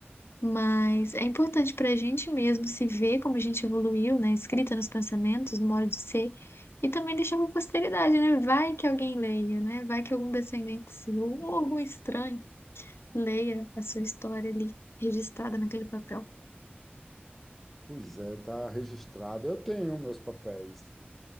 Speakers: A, on the left; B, in the centre.
A: Mas é importante para a gente mesmo se ver como a gente evoluiu, né? Escrita nos pensamentos, no modo de ser. E também deixar para posteridade, né? Vai que alguém leia, né? Vai que algum descendente seu ou algum estranho leia a sua história ali, registrada naquele papel.
B: pois é, está registrado. Eu tenho meus papéis.